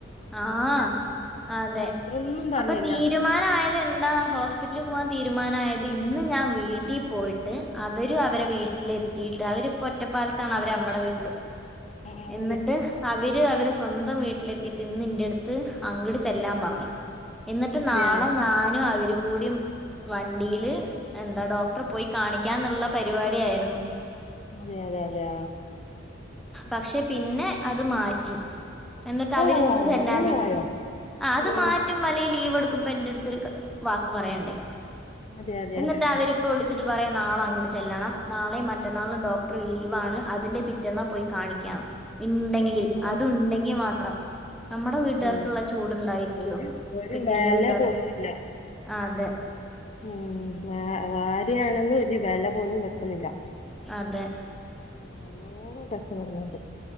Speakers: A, in the centre; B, on the left (about 35°).
A: ആഹ അതെ
B: ഒന്നും പറഞ്ഞില്ല
A: അപ്പൊ തീരുമാനായത് എന്താ ഹോസ്പിറ്റലിൽ പോവാൻ തീരുമാനമായത് ഇന്ന് ഞാൻ വീട്ടി പോയിട്ട് അവരു അവരെ വീട്ടിലെ എതീട്ട് അവരിപ്പൊ ഒറ്റപ്പാലത്താണ് അവര് അമ്മേടെ വീട്ടില്
B: ഉം ഉം
A: എന്നിട്ട് അവര് അവരെ സ്വന്തം വീട്ടിലെ എത്തീട്ടു ഇന്ന് ഇന്റെ അടുത്ത് അങ്ങട് ചെല്ലാൻ പറഞ്ഞു എന്നിട്ട്
B: അതെ
A: നാളെ
B: അതെ അതെ
A: ഞാനും അവരും കൂടി വണ്ടിയില് എന്താ ഡോക്ടർ പോയി കാണിക്കാന്നുള്ള പരിപാടി ആയിരുന്നു
B: അതെ അതെ അതെയ
A: പക്ഷെ പിന്നെ അത് മാറ്റി ട്ട് അവര്ന്ന്
B: ഓ
A: ചെല്ലാനേ
B: അങ്ങനെ ആയോ
A: ആ അത്
B: ഉം
A: മാറ്റും
B: ഉം
A: അല്ലെ ലീവ് എടു ക്കുമ്പോ ഇന്റടുത്തൊ രു വാക്ക് പറയണ്ടേ
B: അതെ അതെ
A: എന്നിട്ട്
B: അതെ
A: അവരിപ്പോ വിളിച്ച വച്ചിട്ട് പറയാ നാള അങ്ങട്ട് ചെല്ലണം നാളെയും മറ്റന്നാളും ഡോക്ടർ ലീവ് ആണ് അതിന്റെ പിറ്റെന്ന പോയി കാണിക്കാം ഉണ്ടെങ്കിൽ
B: ഓ
A: അതു ഉണ്ടെങ്കിൽ മാത്രം നമ്മടെ വീട്ടുകാര്ക്കുള്ള
B: ഉം
A: ചൂടുണ്ടായിരിക്കുവോ
B: ഒരു ഒരു
A: കെട്ടിയന്റെ
B: വെല
A: വീട്ടുകാർക്ക്
B: പോലും ഇല്ല
A: ആ അതെ
B: ഉം വ ഭാരിയാണെന്ന് വെച്ച് ഒരു വില പോലും വെക്കുന്നില്ല
A: അതെ
B: ആ നല്ലോം കഷ്ടപ്പെടുന്നണ്ട്